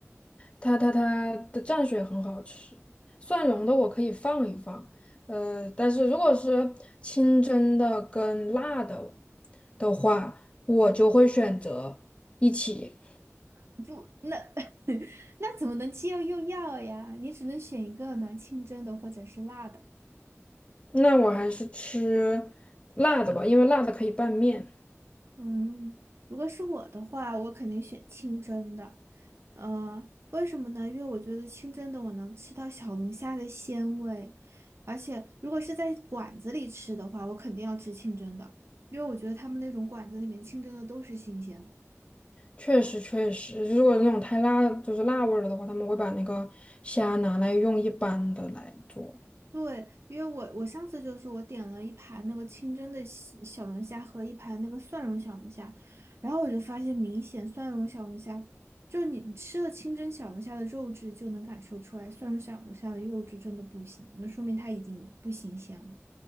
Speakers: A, on the left (about 25°); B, on the right (about 60°).
A: 它它它的蘸水很好吃，蒜蓉的我可以放一放，呃，但是如果是清蒸的跟辣的的话，我就会选择一起，
B: 不，那 <laughs> 那怎么能既要又要呀？你只能选一个呢，清蒸的或者是辣的。
A: 那我还是吃辣的吧，因为辣的可以拌面。
B: 嗯，如果是我的话，我肯定选清蒸的。呃，为什么呢？因为我觉得清蒸的我能吃到小龙虾的鲜味，而且如果是在馆子里吃的话，我肯定要吃清蒸的，因为我觉得他们那种馆子里面清蒸的都是新鲜的。
A: 确实确实，如果那种太辣，就是辣味儿了的话，他们会把那个虾拿来用一般的来做。
B: 对，因为我我上次就是我点了一盘那个清蒸的西小龙虾和一盘那个蒜蓉小龙虾，然后我就发现明显蒜蓉小龙虾，就是你你吃了清蒸小龙虾的肉质就能感受出来，蒜蓉小龙虾的肉质真的不行，那说明它已经不新鲜了。